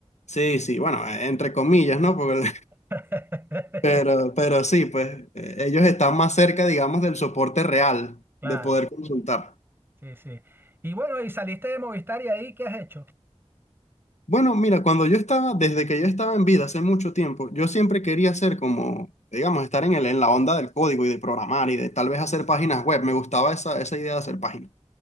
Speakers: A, on the left; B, on the right.
A: Sí, sí, bueno, eh, entre comillas, ¿no? Porque- <laughs>
B: <laughs>
A: pero, pero sí, pues eh, ellos están más cerca, digamos, del soporte real,
B: Claro,
A: de poder consultar.
B: sí, sí. Y bueno, y saliste de Movistar y ahí, ¿qué has hecho?
A: Bueno, mira, cuando yo estaba, desde que yo estaba en vida hace mucho tiempo, yo siempre quería ser como, digamos, estar en el, en la onda del código y de programar y de tal vez hacer páginas web. Me gustaba esa, esa idea de hacer páginas.